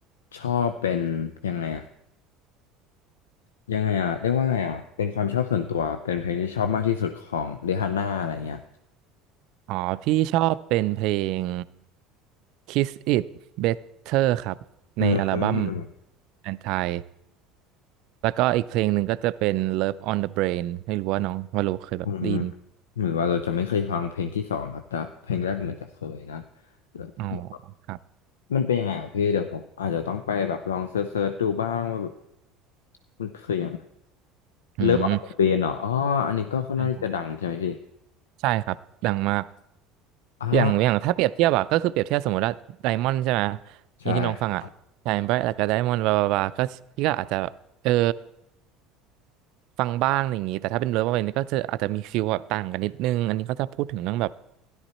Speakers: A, on the left; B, on the right.
A: ชอบเป็นยังไงอะ ยังไงอ่ะเรียกว่าไงอ่ะเป็นความชอบส่วนตัวเป็นเพลงที่ชอบมากที่สุดของเรฮาน่าอะไรเงี้ย
B: อ๋อพี่ชอบเป็นเพลง Kiss It Better ครับในอัลบั้ม
A: อืมอืม
B: Anti แล้วก็อีกเพลงหนึ่งก็จะเป็น Love on the Brain ไม่รู้ว่าน้องวาโลเคยแบบไดยิน
A: อืมเหมือนว่าเราจะไม่เคยฟังเพลงที่สองครับแต่เพลงแรกเหมือนจะเคยนะแล้ว
B: อ๋อครับ
A: มันเป็นยังไงอ่ะพี่เดี๋ยวผมอาจจะต้องไปแบบลองเซิร์ชดูบ้างว่าแบบมันคือยังไง
B: อืม
A: เลิฟออนเดอะเบนเหรออ๋ออันนี้ก็ค่อนข้างที่จะดังใช่ไหมพี่
B: ใช่ครับใช่ครับดังมาก
A: อ่า
B: อย่างอย่างถ้าเปรียบเทียบอะก็คือเปรียบเทียบสมมติว่าไดมอนด์ใช่ไหม
A: ใช่
B: อย่างที่น้องฟังอะ Shine Bright แล้วก็ Diamond บลาบลาบลาก็พี่ก็อาจจะแบบเออ ฟังบ้างอะไรอย่างนี้แต่ถ้าเป็นเลิฟอะไรนี่ก็จะอาจจะมีฟีลแบบต่างกันนิดนึงอันนี้ก็จะพูดถึงเรื่องแบบ